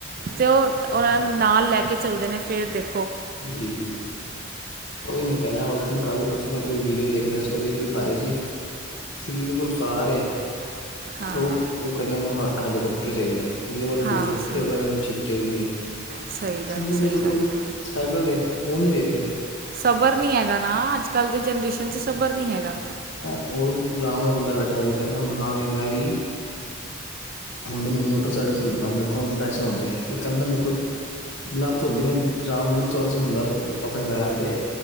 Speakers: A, on the right; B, on the left.
A: ਤੇ ਉਹ ਉਹਨਾਂ ਨੂੰ ਨਾਲ ਲੈ ਕੇ ਚਲਦੇ ਨੇ ਫੇਰ ਦੇਖ
B: ਜੀ-ਜੀ। ਓਈ ਮੈਂ ਕਹਿ ਰਿਹਾਂ ਉਹਦੇ ਚ ਕੱਲ ਪਰਸੋਂ ਮੈਂ ਇੱਕ ਵੀਡੀਓ ਵੇਖ ਰਿਹਾ ਸੀ, ਓਦੇ ਚ ਵਿਖਾ ਰਹੇ ਸੀ। ਸੀ ਜਿਦੇ ਕੋਲ ਕਾਰ ਏ
A: ਹਾਂ
B: ਔ -ਔ ਕੈਂਦੇ ਮੈਨੂੰ ਹੈਲੀਕਪਟਰ ਚਾਇਦਾ ਐ। ਜਿਦੇ ਕੋਲ ਹੈਲੀਕੋਪਟਰ
A: ਹਾਂ ਸਹੀ
B: ਐ, ਔ ਕੈਂਦੇ ਮੈਨੂ ਸ਼ਿਪ ਚਾਈਦੀ ਏ,
A: ਸਹੀ ਗੱਲ
B: ਕਮਲੇ
A: ਸਹੀ
B: ਜਿਹਦੇ
A: ਗੱਲ
B: ਕੋਲ
A: ਹੈ
B: ਸੈਕਲ ਤੇ ਔ ਨੀ ਵੇਖ ਰਏ।
A: ਸਬਰ ਨੀ ਹੈਗਾ ਨਾ, ਅੱਜ਼ ਕੱਲ ਦੀ ਜਨਰੇਸ਼ਨ ਚ ਸਬਰ ਨੀ ਹੈਗਾ।
B: ਔ ਰਾਮ ਨਾਲ ਬੰਦਾ ਬੈਠਾ ਹੀ, ਕੈਂਦਾ ਹਾ ਬੀ ਮੈਂ ਵੀ ਹੁੰਦਾਂ ਮੋਟਰਸਾਈਕਲ ਹਾਂ ਮੇਰੇ ਕੋਲ ਵੀ ਪੈਸੇ ਹੁੰਦੇ, ਇੱਕ ਕੈਦਾ ਮੇਰੇ ਕੋਲ ਲੱਤ ਹੁੰਦੀ ਮੈ ਰਾਮ ਨਾਲ ਤੁਰ ਤੇ ਹੁੰਦਾ ਆਪਣੇ ਪੈਰਾਂ 'ਤੇ।